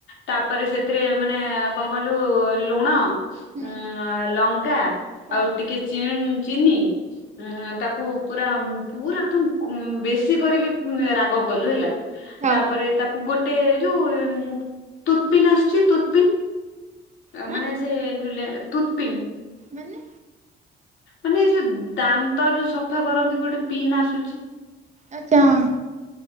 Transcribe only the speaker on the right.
ହୁଁ
ହଁ
ହଁ
ହଁ
ମାନେ
ଆଚ୍ଛା ହଁ।